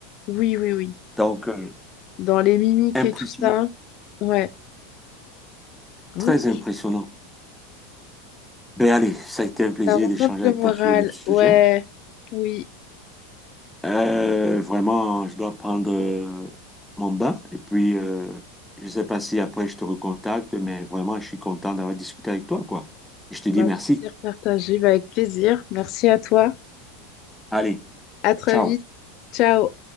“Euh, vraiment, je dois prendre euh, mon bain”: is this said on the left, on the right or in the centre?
Centre